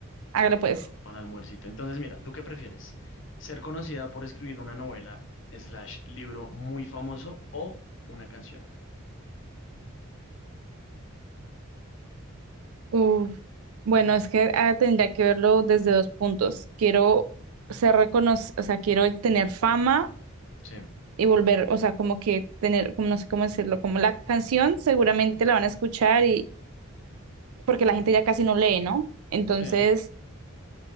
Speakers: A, on the right; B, on the left.
A: Hágale
B: para,
A: pues.
B: para almuercito. Entonces, mira, ¿tú qué prefieres? ¿Ser conocida por escribir una novela slash libro muy famoso o una canción?
A: Uf. Bueno, es que ah, tendría que verlo desde dos puntos. Quiero ser reconocido, o sea, quiero tener fama
B: Sí,
A: y volver, o sea, como que tener, como no sé cómo decirlo, como la canción seguramente la van a escuchar porque la gente ya casi no lee, ¿no? Entonces,
B: sí,